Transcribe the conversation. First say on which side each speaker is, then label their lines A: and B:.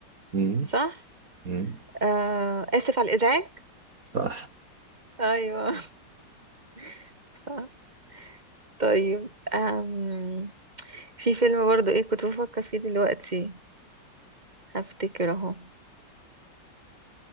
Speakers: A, on the right; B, on the right.
A: مم.
B: صح
A: مم.
B: آه، اسف على الازعاج
A: صح
B: ايوه <laughs> صح طيب آم، في فيلم برضو ايه كنت بفكر فيه دلوقتي هفتكر اهو